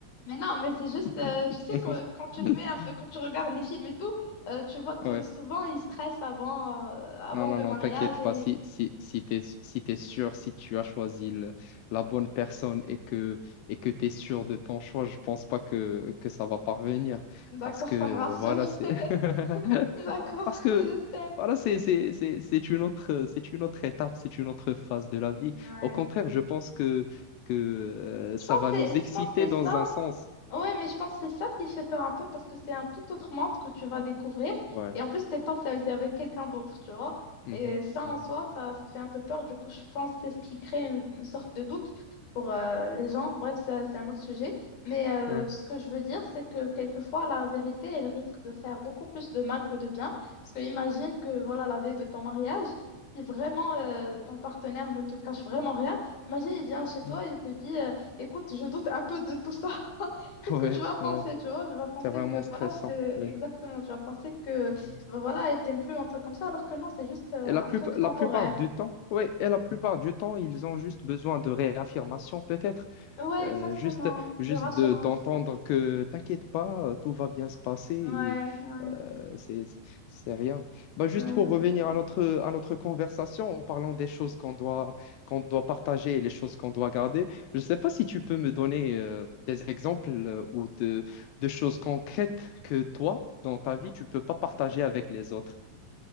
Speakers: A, on the left; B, on the left.
A: Mais non, mais c'est juste,
B: <laughs>
A: euh, tu sais, quand, quand tu te mets un peu, quand tu regardes les films et tout, euh, tu vois tout-
B: Ouais.
A: souvent, ils stressent avant, euh, avant
B: Non, non,
A: le
B: non,
A: mariage.
B: t'inquiète pas.
A: Et...
B: Si, si, si t'es, si t'es sûr, si tu as choisi le- la bonne personne et que, et que t'es sûr de ton choix, je pense pas que, que ça va parvenir.
A: D'accord,
B: Parce que,
A: ça me rassure.
B: voilà, c'est,
A: <laughs>
B: <laughs>
A: D'accord,
B: parce que,
A: <laughs> j'espère.
B: voilà, c'est, c'est, c'est, c'est une autre, c'est une autre étape, c'est une autre phase de la vie.
A: Ouais.
B: Au contraire, je pense que, que, euh, ça
A: Je pense
B: va
A: que c'est
B: nous
A: je
B: exciter
A: pense que c'est ça.
B: dans un sens.
A: Ouais, mais je pense que c'est ça qui fait peur un peu parce que c'est un tout autre monde que tu vas découvrir.
B: Ouais.
A: Et en plus, t'es pas seul, t'es avec quelqu'un d'autre, tu vois.
B: Mhm,
A: Et ça,
B: mhm.
A: en soi, ça, ça fait un peu peur. Du coup, je pense que c'est ce qui crée une, une sorte de doute pour euh, les gens. Bref, ça, c'est un autre sujet. Mais euh,
B: Ouais.
A: ce que je veux dire, c'est que quelquefois, la vérité, elle risque de faire beaucoup plus de mal que de bien. Parce que imagine que, voilà, la veille de ton mariage, si vraiment euh, ton partenaire ne te cache vraiment rien, imagine, il vient chez toi
B: Mhm.
A: et il te dit, euh, écoute, je doute un peu de tout ça. <laughs> qu'est-ce
B: Ouais,
A: que tu vas penser,
B: ouais.
A: tu vois? Je vais penser
B: C'est vraiment
A: que,
B: stressant.
A: voilà, c'est
B: Ouais.
A: exactement, tu vas penser que,
B: Vraiment stressant.
A: voilà, elle t'aime plus, un truc comme ça, alors que non, c'est juste euh,
B: Et la
A: un
B: plus-
A: truc
B: la
A: temporaire.
B: plupart du temps, ouais, et la plupart du temps, ils ont juste besoin de réaffirmation, peut-être,
A: Ouais,
B: Euh,
A: exactement,
B: juste, juste
A: de rassurance.
B: de- d'entendre que t'inquiète pas, euh, tout va bien se passer et
A: Ouais, ouais,
B: euh, c'est, c'est rien. Bah, juste
A: ouais,
B: pour
A: exactement.
B: revenir à notre, à notre conversation, en parlant des choses qu'on doit, qu'on doit partager et les choses qu'on doit garder, je sais pas si tu peux me donner euh, des exemples euh, ou de, de choses concrètes que toi, dans ta vie, tu peux pas partager avec les autres.